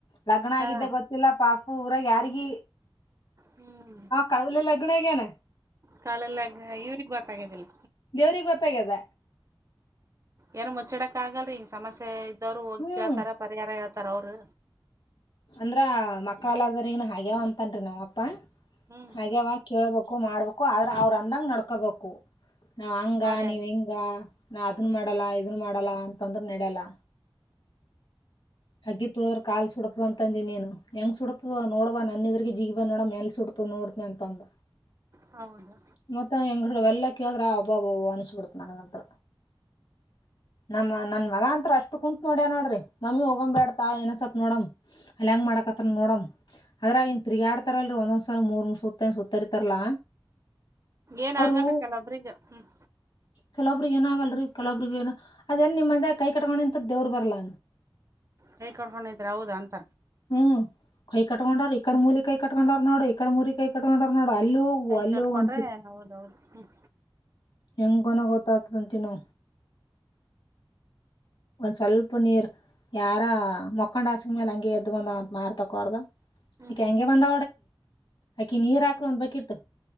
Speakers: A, on the left (about 60°); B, on the right (about 35°).
A: ಲಗ್ನ
B: ಹಾ
A: ಆಗಿದ್ದೆ ಗೊತ್ತಿಲ್ಲ ಪಾಪು ಊರಾಗ ಯಾರಿಗಿ
B: ಹ್ಮ್
A: ಕವಿಲೇ ಲಗ್ನ ಆಗ್ಯಾನ
B: ಕಾಳಲ್ಲ ಇವ್ರಗ್ ಗೊತ್ತಾಗದಿಲ್ಲ
A: ದೇವ್ರಿಗೆ ಗೊತ್ತಾಗ್ಯದ
B: ಏನ ಮುಚ್ಚಡಕ್ ಆಗಲ್ರರಿ ಹಿಂಗ್ ಸಮಸ್ಯೆ ಇದ್ದವ್ರು ಹೋಗಿ
A: ಹ್ಮ್
B: ಕೇಳ್ತಾರ ಪರಿಹಾರ ಹೇಳ್ತಾರ ಅವರು
A: ಅಂದ್ರ ಮಕ್ಕಳಾಗದವ್ರೀಗಿ ಹಾಗ್ಯಾವ ಅಂತನ್ರಿ ನಮ ಅಪ್ಪಾ
B: ಹ್ಮ್
A: ಹಾಗ್ಯಾವ ಕೇಳ್ಬೇಕು ಮಾಡ್ಬೇಕು ಆದ್ರ ಅವ್ರ ಅಂದಂಗ ನಡ್ಕೊಬೇಕು ನಾವ್ ಹಂಗ
B: ಅವ್ರೇ
A: ನೀವ್ ಹಿಂಗ ಹಾ ನಾ ಅದನ್ ಮಾಡಲ್ಲ ಇದನ್ ಮಾಡಲ್ಲ ಅಂತಂದ್ರ ನಡ್ಯಲ್ಲ ಅಗ್ನಿ ತುಳದರೆ ಕಾಲು ಸುಡುತ್ತದೆ ಅಂತ ಅಂದಿ ನಿ ಏಂಗ ಸುಡುತ್ತಿದ ನೋಡುಬ ನನ್ನೆದುರಿಗೆ ಜಿಗಿಬಾ ನೋಡಮ್ಮ ಏಂಗ ಸುಡುತದ ನೋಡ್ತೀನ್ ಅಂತ ಅಂದ
B: ಹೌದು
A: ಮತ್ತ ಹೆಂಗ್ಡ ಎಲ್ಲಾ ಕೇಳಿದ್ರೆ ಆಬ್ಬಬ್ಬಬ್ಬ ಅನಸ್ಬಿಡತ ನನಂಗಂತತ್ರ ನಮ್ಮ ನನ್ ಮಗ ಅಂತ್ ಅಷ್ಟು ಕುಂತತ್ ನೋಡ್ಯ ನೋಡ್ರಿ ನಮಿ ಹೋಗಂಬ ಬ್ಯಾಡ್ತಾತಾಳ ಇನ ಸ್ವಲ್ಪ ತಾಳ ನೋಡಮ ಅಲ್ಲ ಹೆಂಗ ಮಾಡಕತ್ ನೋಡ ಅದ್ರಾಗ ಇನ್ ತಿರುಗಾಡ್ತಾರಲ್ರರಿ ಒಂದೊಂದ್ಸಲ್ ಮೂರ್ ಮೂರ್ ಸುತ್ತ ಸುತ್ತರಿತಾರಲ
B: ಏನ್
A: ಅವರು
B: ಆಗಲ್ರಿ ಕೆಲವೊಬ್ರಿಗೆ ಹ್ಮ್
A: ಕೆಲವರಿಗೆ ಏನಾಗಲ್ಲ ರೀ ಕೆಲವೊಬ್ಬರಿಗೆ ಅದೇ ನಿಮ್ಮದೇ ಕೈ ಕೊಟ್ಕೊಂಡು ನಿಂತರ ದೇವ್ರ್ ಬರಲ್ಲ
B: ಕೈಕೊಟ್ಕೊಂಡ್ ನಿಂತರ ಹೌದ ಅಂತ
A: ಹ್ಮ್ ಕೈ ಕಟ್ಕೊಂಡಾರ ಇಕಡ ಮೂಲಿ ಕೈ ಕಟ್ಕೊಂಡಾರ ನೋಡು ಇಕಡೆ ಮೂರಿ ಕೈ ಕಟ್ಕೊಂಡಟರ್ ನೋಡು ಅಲ್ಲಿ ಹೋಗುವು
B: ಕೈ
A: ಅಲ್ಲಿ
B: ಕಟ್ಕೊಂಡ್ರೆ
A: ಹೋಗಂತ
B: ಹೌದೌದು ಹ್ಮ್
A: ಹೆಂಗೊನ ಗೊತ್ತಾಗತದಂತ ನೋ ಒಂದ್ ಸ್ವಲ್ಪ ನೀರ್ ಯಾರ ಮಕ್ಕಂಡ್ ಹಸ್ಗ ಮೇಲೆ ಹಂಗೆ ಎದ್ದ್ ಬಂದ ಅಂತ ಮಾರ್ತಕೋರ್ದ
B: ಹ್ಮ್
A: ಅಕಿ ಹಂಗಗೆ ಬಂದ ಅಕಿ ನೀರ್ ಹಾಕ್ಲು ಅನ್ಬೇಕಿತ್ತು.